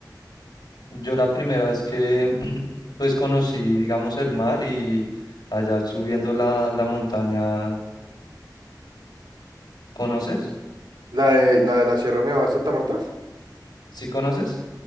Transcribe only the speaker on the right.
La de la, de la Sierra Nevada de Santa Marta.